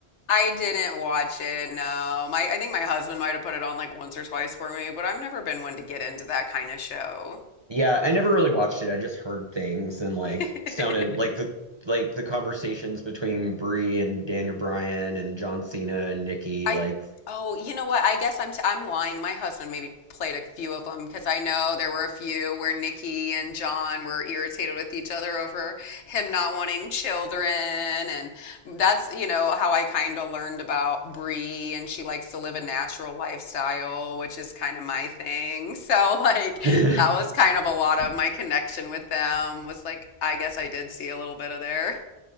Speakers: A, on the left (about 80°); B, on the right (about 35°).
A: I didn't watch it, no. My I think my husband might have put it on like once or twice for me, but I've never been one to get into that kind of show.
B: Yeah, I never really watched it. I just heard things and like
A: <laughs>
B: sounded like the like the conversations between Brie and Daniel Bryan and John Cena and Nikki
A: I
B: like
A: oh, you know what? I guess I'm t I'm lying. My husband maybe played a few of them because I know there were a few where Nikki and John were irritated with each other over him not wanting children, and that's you know how I kind of learned about Bree, and she likes to live a natural lifestyle, which is kind of my thing. <laughs> So like
B: <laughs>
A: that was kind of a lot of my connection with them was like I guess I did see a little bit of there.